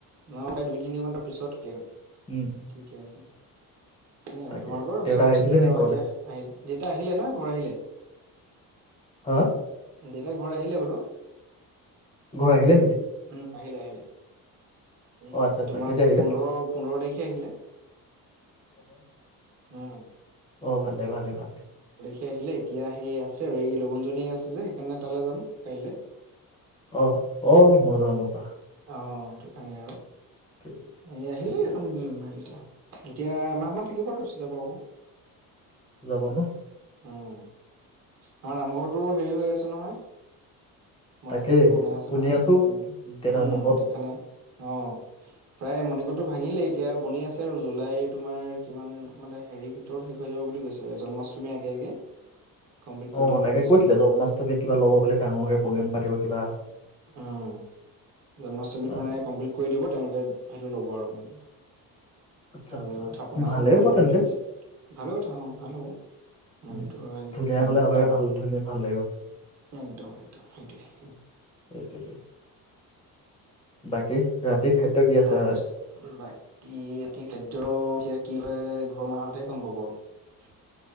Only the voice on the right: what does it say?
নহৈ প্ৰায় দুই তিনি ঘন্টাৰ পিছত খুলিম।
ঠিকে আছে। সেইয়া ই আৰু
তোমালোকৰ
চব
ঠিকে
এতিয়া
আহিলে দেতা আহিলে নহ ঘৰ আহিলে।
দেউতা ঘৰ আহিলে বোলো।
উম, আহিলে, আহিলে এই
তোমাৰ
পোন্ধৰ পোন্ধৰ তাৰিখে আহিলে। উম।
সি আহিলে এতিয়া। সেই আছে আৰু এই লগুণ -দানি আছে যে। সেইকাৰণে তালৈ যাম কাইলৈ।
অ, সেইটো কাৰণে আৰু।
এই আহিলে
এইখন
উ, এতিয়া। এতিয়া এমাহমান থাকিব ত যাব আকৌ।
উম আমাৰ নামঘৰটো হেৰি হৈ আছে নহয়। মণিকোটটো
বনাই আছে
নহয়
উম
উম
দেখা নাই অ। প্ৰায় মণিকোটটো ভাঙিলেই এতিয়া বনি আছে আৰু জুলাই তোমাৰ কিমান মানে হেৰিৰ ভিতৰত শেষ হৈ যাব বুলি। কৈছে জন্মাষ্টমীৰ আগে আগে। কমপ্লিট কৰি
দিম বুলি
কৈছে
তেওঁলোকে
উম জন্মাষ্টমীত
মানে
কমপ্লিট কৰি দিব তেওঁলোকে। সেইটো ল'ব আৰু মানে।
আৰু
থাপনাখনো
বদলম
বুলি কৈছো ভালো কথা অ ভাল হ'ব। মন্দিৰটো
নামঘটো
ডাঙৰ।
একদম একদম সেইটোৱে।
তাৰ
পিছত বাকী ৰা খাদ্য এতিয়া কি? ঘৰ মাহতহে গম পাব আৰু